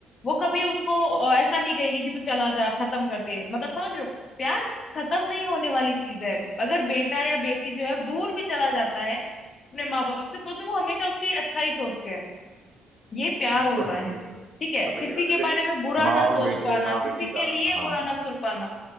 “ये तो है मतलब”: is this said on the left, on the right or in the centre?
Right